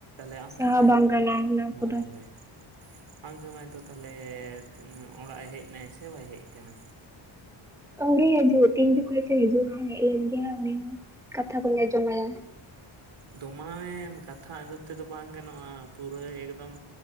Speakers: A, on the right (about 75°); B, in the centre.
A: ᱟᱢ
B: ᱥᱟᱦᱟ
A: ᱡᱟᱢᱟᱭ
B: ᱵᱟᱝ
A: ᱫᱚ,
B: ᱜᱟᱱᱚᱜᱼᱟ
A: ᱦᱚᱭ
B: ᱚᱱᱟ
A: ᱦᱚᱭ᱾
B: ᱠᱚᱫᱚ
A: ᱦᱚᱭ, ᱟᱢ ᱡᱟᱢᱟᱭ ᱫᱚ ᱛᱟᱦᱚᱞᱮ ᱛᱮ ᱚᱲᱟᱜ ᱮ ᱦᱮᱡ ᱮᱱᱟᱭ ᱥᱮ ᱵᱟᱭ ᱦᱮᱡ ᱠᱟᱱᱟ?
B: ᱟᱹᱣᱨᱤ ᱦᱟᱹᱡᱩᱜ ᱛᱤᱱ ᱡᱚᱠᱷᱚᱡ ᱪᱚᱭ ᱦᱤᱡᱩᱜ-ᱟ ᱦᱮᱡ ᱞᱮᱱ ᱜᱮ ᱦᱟᱸᱜ ᱩᱱᱤ ᱦᱚᱸ ᱠᱟᱛᱷᱟ ᱠᱚᱧ ᱟᱸᱡᱚᱢ ᱢᱟᱭᱟ‌ ᱦᱟᱸᱜ᱾
A: ᱫᱚᱢᱟᱣᱮᱢ ᱠᱟᱛᱷᱟ ᱟᱸᱡᱚᱢ ᱛᱮᱫᱚ ᱵᱟᱝ ᱜᱟᱱᱚᱜ-ᱟ ᱯᱩᱨᱟᱹ ᱮᱠᱫᱚᱢᱼᱼ